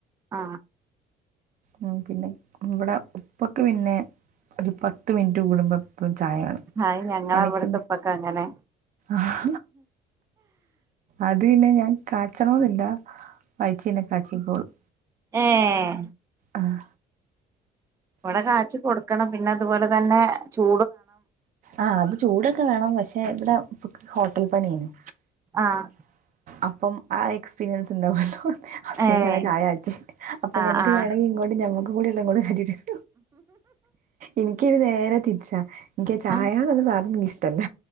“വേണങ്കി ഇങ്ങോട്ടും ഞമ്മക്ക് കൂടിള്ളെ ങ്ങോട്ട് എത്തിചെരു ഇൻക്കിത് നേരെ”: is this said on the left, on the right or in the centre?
Right